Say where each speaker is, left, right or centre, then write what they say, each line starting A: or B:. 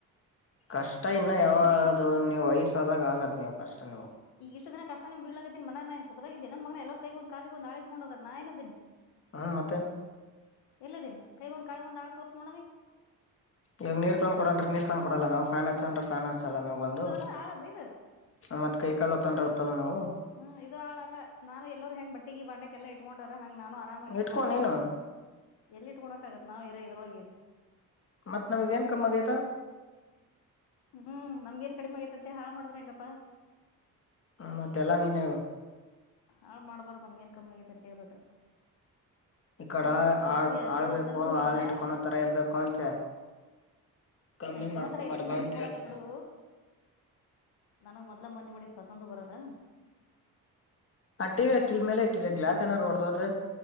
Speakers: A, on the left (about 35°); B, on the left (about 80°).
A: ಕಷ್ಟ ಇನ್ನು ಯಾವದು
B: ಈಗ
A: ನೀವು ವಯಸಾದಾಗ ಆಗದ್ ನೀವು ಕಷ್ಟ ನಿಮಗ್
B: ಈ ಇಷ್ಟ ದಿನ ಕಷ್ಟನ ಬಿಡ್ಲದತ್ತನ ಮ ನನಖತಾಗಿದ್ದನನ್ ಮನ ಎಲ್ಲ ಕೈ ಕಾಲ ಒಂದು ಆಳ ಇಟ್ಡೋಗ ನಾನನಿದ್ದೀ
A: ಹಾ ಮತ್ತೆ
B: ಎಲ್ಲದಿನಿ ಕೈಗೊ್ ಕಳ ಒ ಆಡ್ ತೋರ್ಸ ನೋ
A: ಈಗ ನೀರ್ ತಂದ್ ಕೊಡನ್ ನೀರ್ ತಗ್ಕ ಕೊಡಲ್ಲ ನಾವು ಫ್ಯಾನ್ ಹಚ್ಚನ್ ಫ್ಯಾನ್ ಹಚ್ಚಲ್ಲ ನಾವವು ಬಂದು
B: ಇದು ಅದ ಆಳವ ಇದು
A: ಮತ್ತತ್ ಕೈ ಕಾಲೋ ತೊಂದ್ರೆ ಹೊದತ್ತಲ್ಲ ನಾವು
B: ಹ್ಮ್ ಇದು ಹಾಳಲ್ಲ ನಾನು ಎಲ್ಲರು ಹೆಂಗ್ ಬಟ್ಟಿಗೆ ಬಾಂಡೆಲ್ಲ ಇಟ್ಕೊಂಡರ ಹಂಗ್ ನಾನು ಆರಾಮಾಗಿ ಇರ್ಬೇಕು
A: ಇಟ್ಕೊ ನೀನು
B: ಎಲ್ಲಿ ಇಟ್ಕೊಳಕ ಆಗತ್ ನಾವು ಇರ ಇದರೊಳಗೆ
A: ಮತ್ತತ್ ನಮಗ್ ಏನ್ ಕಮ್ಮ ಆಗೈತಾ
B: ಹ್ಮ್ ನಮ್ಗಏನ್ ಕಡಿಮೆ ಆಗೈತ ಅಂತೆ ಹಾ ಮಾಡಿದ್ರೆ ಹೆಂಗಪ್ಪಾ
A: ಹ ಮತ್ತೆಲ್ಲಾ ನೀನ್ ಹೇಳು
B: ಹಾ ಮಾಡ್ಬಾರು ನಮ್ಗೆಏನ್ ಕಮ್ಮಿಗಐತೆ ಅಂತೇಳ್ಬಿಟ್ಟು
A: ಈ ಕಡ
B: ಹಂಗಂದ್ರ ಪೂರ್ತಿ
A: ಆಳ್
B: ಅದೀವಂತನೂ
A: ಆಳ್ಬೇಕು
B: ಇಲ್ಲ
A: ಆಳ್ ಇಟ್ಕೊಳೋ ತರ ಇರ್ಬೇಕು ಅಂತ ಕಮ್ಮಿ
B: ನಾ ಇಟ್ಕೊತಾರ
A: ಮಾಡ್ಕೊಬಾರ್ದು
B: ಇದ್ರುನು
A: ಅಂತ
B: ಇಟ್ಕೊಳಲ್ಲ
A: ಹೇಳ್ತ
B: ಬಿಡು ನನಗ್ ಮೊದ್ಲ ಮಂದಿ ಮಾಡಿದ್ ಪಸಂದ್ ಬರಲ್ಲ
A: ಆ ಟೀ ಅಕ್ಕಿನ್ ಮೇಲೇ ಈಗ ಗ್ಲಾಸ್ ಏನಾರು ಒಡ್ದೋದ್ರೆ